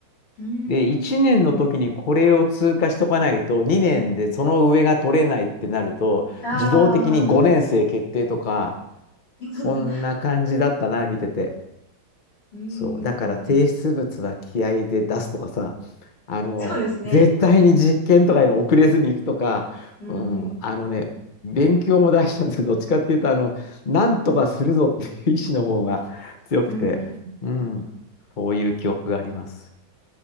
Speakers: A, on the left; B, on the left.
A: うー
B: で、1年の時にこれを通過しとかないと、
A: ん。
B: 2年でその上が取れないってなると、
A: ああ。
B: 自動的に5年生決定とか、
A: <laughs>
B: そんな感じだったな、見てて。
A: うーん。
B: そう。だから提出物は気合で出すとかさ、あの、
A: そうですね。
B: 絶対に実験とかいの遅れずに行くとか、
A: うんうん。
B: うん、あのね、勉強も大事なんですけど、どっちかっていうと、あの、なんとかするぞっていう意志の方が強くて、
A: うん
B: うん、そういう記憶があります。